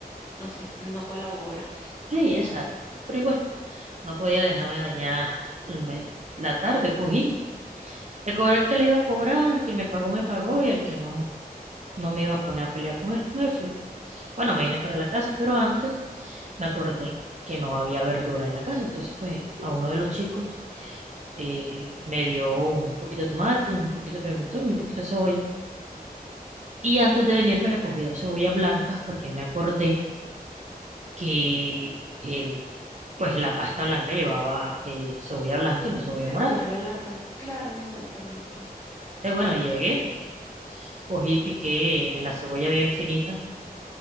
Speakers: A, on the left; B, on the right.
A: no sé, no colabora.
B: Sí, exacto, pero igual, no podía dejarme dañar el me- la tarde, cogí. Le cobré el cobrar que le iba a cobrar, el que me pagó, me pagó y el que no. No me iba a poner a pelear con él. Me fui. Bueno, me vine para la casa, pero antes me acordé que no había verdura en la casa. Entonces, pues, a uno de los chicos eh, me dio un poquito de tomate, un poquito de pimentón y un poquito de cebolla. Y antes de venirme le cogí dos cebollas blancas porque me acordé que el, pues la pasta blanca llevaba eh, cebolla blanca y no cebolla
A: Cebolla
B: morada.
A: blanca, claro, exactamente.
B: Entonces, bueno, llegué, cogí, piqué la cebolla bien finita